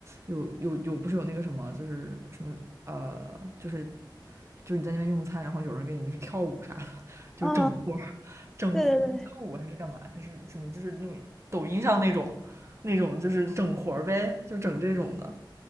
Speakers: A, on the right; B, in the centre.
A: 有有有，不是有那个什么，就是什么呃，就是就是你在那边用餐，然后有人给你就是跳舞啥的，就整活儿整活儿，
B: 啊、对对对，
A: 是跳舞还是干嘛？还是什么？就是那种抖音上那种那种，就是整活儿呗，就整这种的。